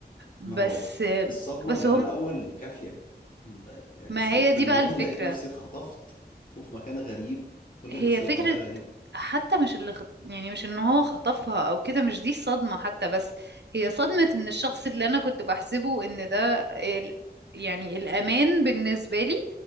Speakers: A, on the right; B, on the left.
A: بس
B: ما هو الصدمة
A: بس
B: اللي
A: هما
B: في الأول كافية أنت يعني
A: ما
B: صحيت
A: هي
B: من
A: دي
B: النوم
A: بقى الفكرة
B: لقيت نفسي اتخطفت وفي مكان غريب كل
A: هي
B: الناس اللي
A: فكرة
B: حواليا غريبة
A: حتى مش اللي خط... يعني مش ان هو خطفها او كده مش دي الصدمة حتى بس هي صدمة ان الشخص اللي انا كنت بحسبه ان ده ال... يعني الامان بالنسبة لي